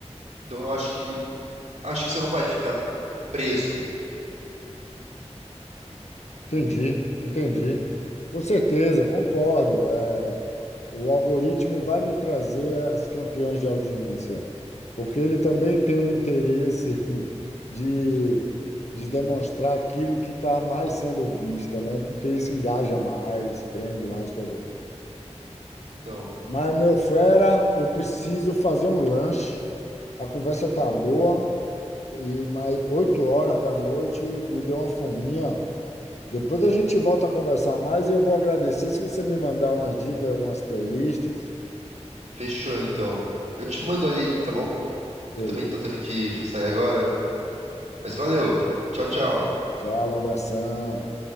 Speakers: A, on the right (about 75°); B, on the left (about 70°).
A: Então eu acho que acho que você não vai ficar preso.
B: Entendi, entendi. Com certeza, concordo. É, o algoritmo vai me trazer as campeãs de audiência, porque ele também tem um interesse <laughs> de, de demonstrar aquilo que está mais sendo visto, né? Porque isso engaja mais, prende mais todo mundo.
A: Então,
B: Mas, meu fera, eu preciso fazer um lanche. A conversa tá boa, e mais oito horas da noite me deu uma fominha. Depois a gente volta a conversar mais e eu vou agradecer se você me mandar umas dicas, umas playlists.
A: fechou então. Eu te mando ali, tá bom? Eu
B: Beleza?
A: também tô tendo que sair agora, mas valeu. Tchau, tchau.
B: Tchau, um abração.